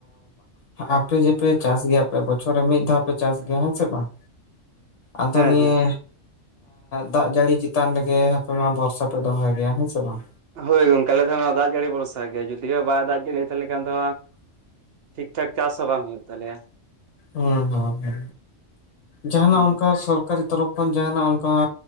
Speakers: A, on the left; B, on the right.
A: ᱟᱯᱮ ᱡᱮᱯᱮ ᱪᱟᱥ ᱜᱮᱭᱟ ᱯᱮ᱾ ᱵᱚᱪᱷᱚᱨ ᱨᱮ ᱢᱤᱫ ᱫᱷᱟᱣ ᱪᱟᱥ ᱜᱮᱭᱟ ᱦᱮᱸ ᱥᱮ ᱵᱟᱝ
B: ᱦᱮᱸ
A: ᱟᱫᱚ ᱱᱤᱭᱟᱹ
B: ᱦᱮᱸ
A: ᱫᱟᱜ ᱡᱟᱹᱲᱤ ᱪᱮᱛᱟᱱ ᱨᱮᱜᱮ ᱟᱯᱮ ᱢᱟ ᱵᱷᱚᱨᱥᱟ ᱯᱮ ᱫᱚᱦᱚᱭ ᱜᱮᱭᱟ ᱦᱮᱸ ᱥᱮ ᱵᱟᱝ
B: ᱦᱳᱭ ᱜᱚᱝᱠᱮ ᱟᱞᱮᱫᱚ ᱚᱱᱟ ᱫᱟᱜ ᱡᱟᱹᱲᱤ ᱵᱷᱚᱨᱥᱟ ᱜᱮᱭᱟ ᱡᱩᱫᱤ ᱵᱟᱭ ᱫᱟᱜ ᱡᱟᱹᱲᱤ ᱛᱟᱦᱚᱞᱮ ᱠᱷᱟᱱ ᱫᱚ ᱴᱷᱤᱠ ᱴᱷᱟᱠ ᱪᱟᱥ ᱦᱚᱸ ᱵᱟᱝ ᱦᱩᱭᱩᱜ ᱛᱟᱞᱮᱭᱟ
A: ᱦᱩ ᱦᱩ ᱦᱩ ᱡᱟᱦᱟᱱᱟᱜ
B: ᱦᱩᱸ
A: ᱚᱱᱠᱟ ᱥᱚᱨᱠ ᱥᱚᱨᱠᱟᱨᱤ ᱛᱚᱨᱚᱯᱷ ᱠᱷᱚᱱ ᱡᱟᱦᱟᱱᱟᱜ ᱚᱱᱠᱟ